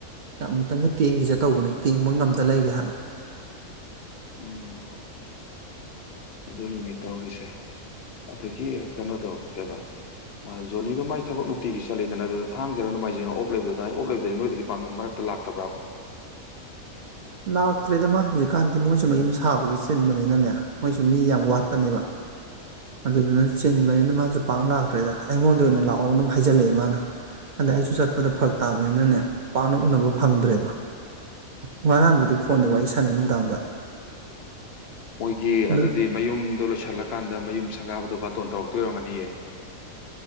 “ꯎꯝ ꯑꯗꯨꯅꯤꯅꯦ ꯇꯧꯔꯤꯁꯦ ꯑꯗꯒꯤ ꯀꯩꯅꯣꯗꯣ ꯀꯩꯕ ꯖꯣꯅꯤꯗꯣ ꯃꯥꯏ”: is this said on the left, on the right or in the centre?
Left